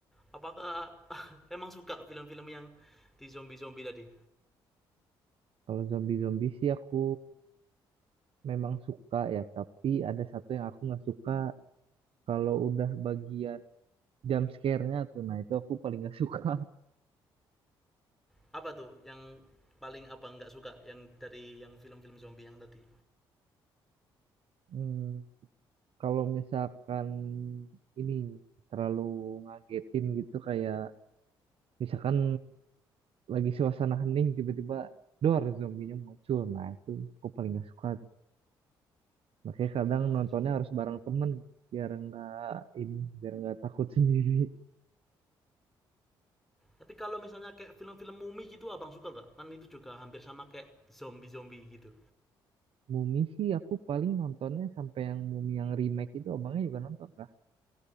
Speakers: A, in the centre; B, on the right.
A: apakah <laughs> emang suka film-film yang di zombie-zombie tadi?
B: Kalau zombie-zombie sih aku memang suka ya, tapi ada satu yang aku nggak suka kalau udah bagian jump scare-nya tuh. Nah, itu aku paling nggak suka. <laughs>
A: Apa tuh yang paling abang nggak suka yang dari yang film-film zombie yang tadi?
B: Hmm, kalau misalkan ini terlalu ngagetin gitu kayak misalkan lagi suasana hening tiba-tiba dor zombinya muncul. Nah, itu aku paling nggak suka. tuh. Makanya kadang
A: Ah,
B: nontonnya
A: zombie.
B: harus bareng temen biar nggak ini biar nggak takut <laughs> sendiri.
A: Tapi kalau misalnya kayak film-film mumi gitu abang suka nggak? Kan itu juga hampir sama kayak zombie-zombie gitu.
B: Mumi sih aku paling nontonnya sampai yang Mumi yang remake itu abangnya juga nonton kah?